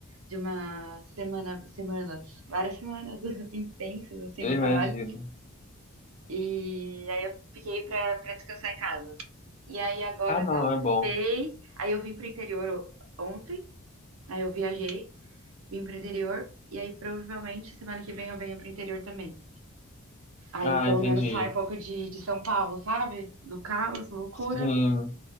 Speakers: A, on the right (about 70°); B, on the left (about 30°).
A: de uma semana, semanas, várias semanas <laughs> intensas assim
B: eu
A: no
B: imagino.
A: trabalho. E aí eu fiquei pra, pra descansar em casa. E aí agora
B: Ah, não,
A: talvez,
B: é bom.
A: aí eu vim pro interior o- ontem, aí eu viajei, vim pro interior e aí provavelmente semana que vem eu venho pro interior também. Aí
B: Ah,
A: pelo
B: entendi.
A: menos sai um pouco de, de São Paulo, sabe? Do caos, loucura.
B: Sim,